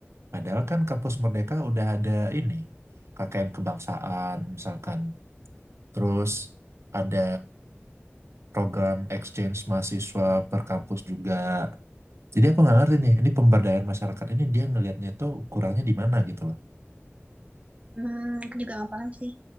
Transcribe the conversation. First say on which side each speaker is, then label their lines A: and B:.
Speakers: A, on the right; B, on the right.
A: Padahal kan kampus Merdeka udah ada ini KKN kebangsaan misalkan, terus ada program exchange mahasiswa per kampus juga. Jadi aku nggak ngerti nih, ini pemberdayaan masyarakat ini dia ngelihatnya tuh kurangnya di mana gitu loh.
B: Hmm, aku juga nggak paham sih.